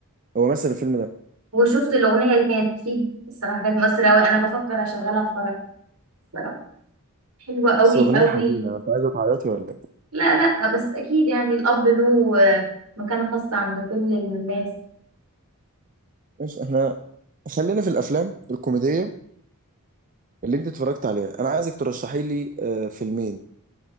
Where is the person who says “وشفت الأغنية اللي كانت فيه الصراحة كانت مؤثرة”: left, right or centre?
Right